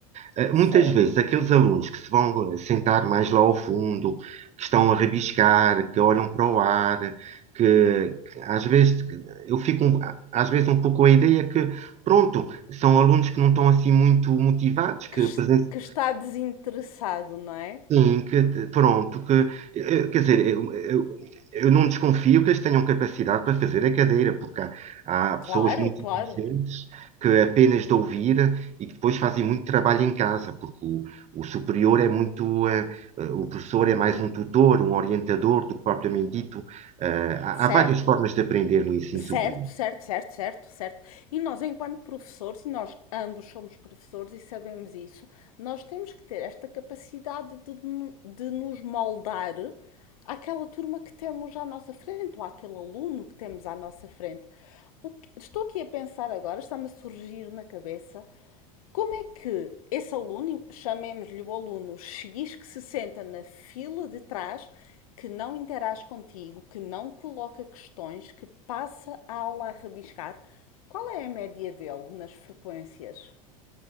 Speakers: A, on the right; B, on the left.
A: Eh, Muitas
B: certo.
A: vezes, aqueles alunos que se vão eh, sentar mais lá ao fundo, que estão a rabiscar, que olham para o ar, que, que às vezes eu fico um- às vezes um pouco com a ideia que Pronto, são alunos que não estão assim muito motivados, que
B: Que,
A: presen-
B: que está desinteressado, não é?
A: sim, que t- pronto, que eh, eh, quer dizer, eu, eu, eu não desconfio que eles tenham capacidade para fazer a cadeira, porque há, há pessoas
B: Claro,
A: muito
B: claro.
A: inteligentes que apenas de ouvir e que depois fazem muito trabalho em casa, porque o, o superior é muito, eh, eh, o professor é mais um tutor, um orientador do que propriamente dito. Eh, há,
B: Certo.
A: há várias formas de aprender no ensino
B: Certo,
A: superior.
B: certo, certo, certo, certo. E nós, enquanto professores, e nós ambos somos professores e sabemos isso, nós temos que ter esta capacidade de, nu- de nos moldar àquela turma que temos à nossa frente, ou àquele aluno que temos à nossa frente. O que- estou aqui a pensar agora, está-me a surgir na cabeça, como é que esse aluno, chamemos-lhe o aluno X, que se senta na fila de trás, que não interage contigo, que não coloca questões, que passa a aula a rabiscar, qual é a média dele nas frequências?